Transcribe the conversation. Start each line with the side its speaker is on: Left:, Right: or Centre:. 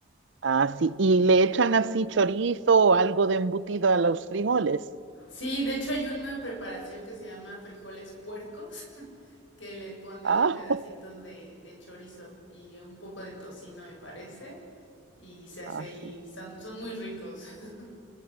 Right: Así, y le echan así chorizo o algo de embutido a los frijoles.
Left: Sí, de hecho hay una preparación que se llama frijoles puercos. que le ponen
Right: Ah,
Left: pedacitos de, de chorizo y un poco de tocino, me parece, y se hace
Right: <laughs>
Left: ahí,
Right: así.
Left: son, son muy ricos. <laughs>